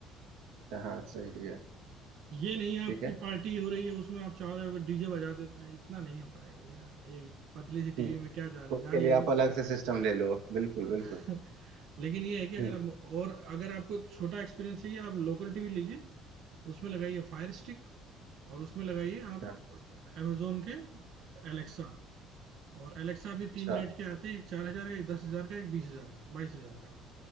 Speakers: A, on the right (about 80°); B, on the right (about 50°).
A: अच्छा, हाँ सही है
B: ये नहीं आपकी
A: ठीक है
B: पार्टी हो रही है उसमें आप चाह रहे हो डीजे बजा देना इतना नहीं हो पाएगा भैया एक पतली सी
A: हम्म
B: टीवी में क्या जा रहा है
A: उसके
B: जान ले
A: लिए
B: लो
A: आप
B: इसके
A: अलग से सिस्टम ले लो बिल्कुल
B: हाँ।
A: बिल्कुल
B: <laughs> लेकिन ये है कि अगर
A: हम्म,
B: आप और अगर आपको छोटा एक्सपीरियंस चाहिए आप लोकल टीवी लीजिए उसमें लगाइए फायर स्टिक और उसमें लगाइए आप
A: अच्छा
B: अमेजोन के एलेक्सा और एलेक्सा भी
A: अच्छा
B: तीन रेट के आते हैं एक चार हजार का एक दस हजार का एक बीस हजार का बाईस हजार का